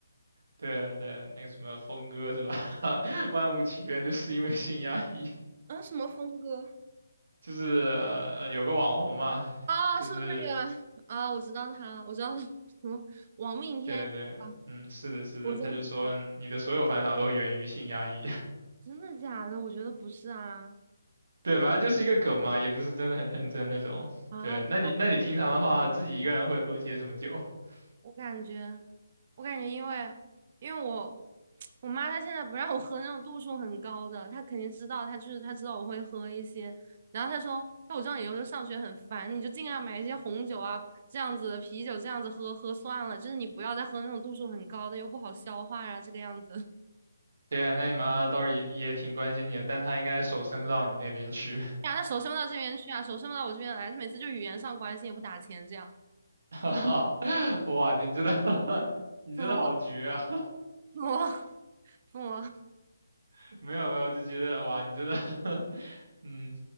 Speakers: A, on the right; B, on the right.
A: 对对，那个什么峰哥是吧？<laughs> 万物起源就是因为性压抑，
B: 啊，什么峰哥？
A: 就是呃有个网红嘛，
B: 啊，
A: 就是
B: 是不是那个啊？我知道他，我知道他，什么王命天涯啊？
A: 对对，嗯，是的，是的，
B: 我真服，
A: 他就说嗯你的所有烦恼都源于性压抑。
B: 真的假的？我觉得不是啊
A: 对，反正就是一个梗嘛，也不是真的很认真那种。
B: 啊！
A: 对，那你那你平常的话，自己一个人会喝些什么酒？<laughs>
B: 我感觉，我感觉，因为因为我 <tsk> 我妈她现在不让我喝那种度数很高的，她肯定知道，她就是她知道我会喝一些，然后她说，那我知道你以后上学很烦，你就尽量买一些红酒啊这样子的啤酒这样子喝喝算了，就是你不要再喝那种度数很高的，又不好消化啊这个样子。<laughs>
A: 对啊，那你妈倒是也也挺关心你的，但她应该手伸不到你那边去。
B: 呀，那手伸不到这边去啊，手伸不到我这边来，她每次就语言上关心也不打钱这样，
A: <laughs> 哇，你真的，<laughs> 你真的好绝啊！
B: 怎么，疯魔疯魔。
A: <laughs> 没有没有，就觉得哇，你真的，<laughs> 嗯，